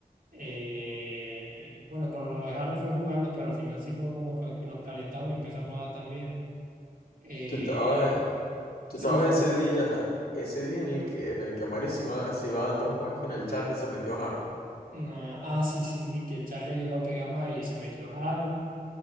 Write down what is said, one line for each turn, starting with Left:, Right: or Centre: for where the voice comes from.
Right: Eh, bueno, con lo de Harold fue jugando, pero al final sí como, como que nos calentamos y empezamos a dar también. Eh,
Left: Tú estabas, tú
Right: sí,
Left: estabas
Right: fue
Left: ese
Right: una,
Left: día, ese día en el que, en el que Mari se iba, se iba a trompas con el Charry y se metió a Harold. <laughs>
Right: una... Ah, sí, sí, sí, que Charry le iba a pegar a Mario y se metió Harold.